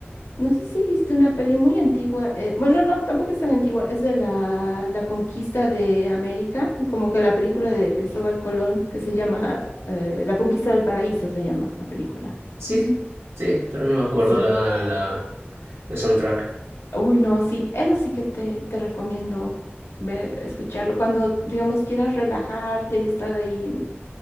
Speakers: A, on the left (about 80°); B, on the right (about 80°).
A: No sé si viste una peli muy antigua. eh, bueno, no, tampoco es tan antigua. Es de la, la conquista de América, como que la película de Cristóbal Colón, que se llama eh, La conquista del paraíso, se llama la película.
B: Sí, sí, sí, pero no me acuerdo
A: Sí.
B: la, la, el soundtrack.
A: Uy, no, sí. Eso sí que te, te recomiendo ver, escucharlo. Cuando, digamos, quieras relajarte y estar ahí,